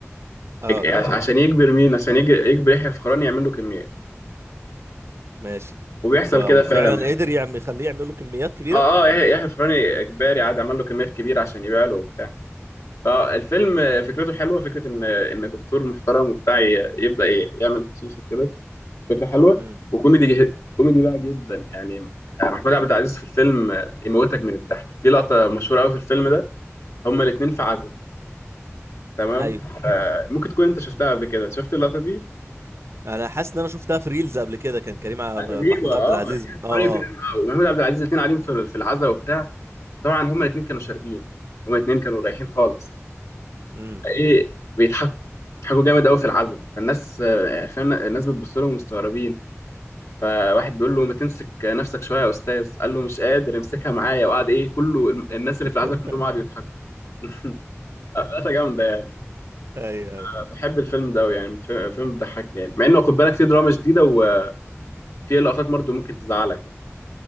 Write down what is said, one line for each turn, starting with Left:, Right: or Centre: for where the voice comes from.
Right: اه
Left: يج- عش- عشان يجبر مين عشان يج- يجبر يحيى الفخراني يعمل له كميات
Right: ماشي
Left: وبيحصل
Right: و...
Left: كده
Right: وفعلا
Left: فعلا
Right: قدر يعمل يخليه يعمل له كميات كبيره
Left: اه اه يحيى يحيى الفخراني اجباري عاد عمل له كميات كبيره عشان يبيع له وبتاع فالفيلم فكرته حلوه فكره ان ان دكتور محترم وبتاع ي- يبدا ي- يعمل حشيش وكده فكره حلوه
Right: امم
Left: وكوميدي جه- كوميدي بقى جدا يعني محمود عبد العزيز في الفيلم يموتك من الضحك في لقطه مشهوره قوي في الفيلم ده هما الاثنين في عزا تمام
Right: ايوه
Left: آه ممكن تكون انت شفتها قبل كده شفت اللقطه دي
Right: انا حاسس ان انا شفتها في ريلز قبل كده كان كريم ع...
Left: آه، رهيبه
Right: محمود
Left: اه
Right: عبد العزيز
Left: يعني
Right: اه
Left: فعلا كده،
Right: اه
Left: آه، ومحمود عبد العزيز الاثنين قاعدين في في العزاء وبتاع طبعا هما الاثنين كانوا شاربين هما الاثنين كانوا رايحين خالص
Right: امم
Left: ايه بيضحكوا بيضحكوا جامد قوي في العزاء فالناس آه، يعني فاهم الناس بتبص لهم مستغربين فواحد بيقول له ما تمسك نفسك شويه يا استاذ قال له مش قادر امسكها معايا وقعد ايه كله الم- الناس اللي
Right: <laughs>
Left: في العزاء كلهم قعدوا يضحكوا <laughs> ثلاثه جامده يعني
Right: ايوه ايوه
Left: بحب الفيلم ده أوي يعني فيلم بيضحك يعني مع انه خد بالك فيه دراما شديده و... في لقطات برضه ممكن تزعلك يعني